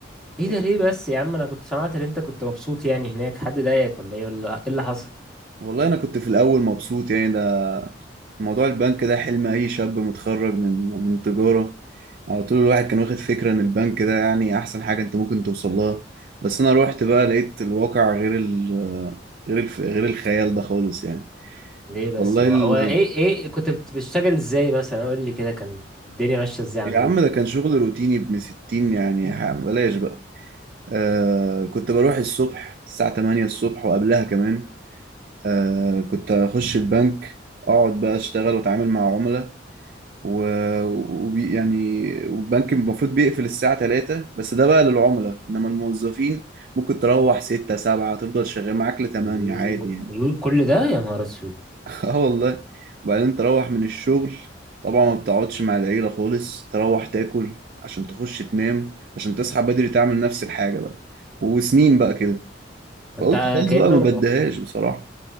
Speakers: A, in the centre; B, on the right.
A: ايه
B: يعني
A: ده ليه بس يا عم انا كنت سمعت ان انت كنت مبسوط يعني هناك حد ضايقك ولا ايه ولا ايه اللي حصل
B: والله انا كنت في الاول مبسوط يعني ده موضوع البنك ده حلم اي شاب متخرج من من تجارة على طول الواحد كان واخد فكرة ان البنك ده يعني احسن حاجة انت ممكن توصل لها بس انا روحت بقى لقيت الواقع غير ال غير الف غير الخيال ده خالص يعني
A: ليه بس
B: والله
A: هو
B: ال...
A: هو ايه ايه كنت بت- بتشتغل ازاي مثلا قول لي كده كان الدنيا ماشيه ازاي عندكم
B: يا عم ده كان شغل روتيني ابن ستين يعني ح- بلاش بقى آه كنت بروح الصبح الساعة 8 الصبح وقبلها كمان آه كنت أخش البنك أقعد بقى أشتغل وأتعامل مع عملاء و... وبي... يعني والبنك المفروض بيقفل الساعة 3 بس ده بقى للعملاء إنما الموظفين ممكن تروح 6 7 تفضل شغال معاك ل 8
A: الله
B: عادي يعني
A: الله، كل ده يا نهار اسود
B: <laughs> اه والله وبعدين تروح من الشغل طبعا ما بتقعدش مع العيلة خالص تروح تاكل عشان تخش تنام عشان تصحى بدري تعمل نفس الحاجة بقى وسنين بقى كده فقلت
A: انت
B: خلاص
A: كأنه
B: بقى ما بديهاش بصراحة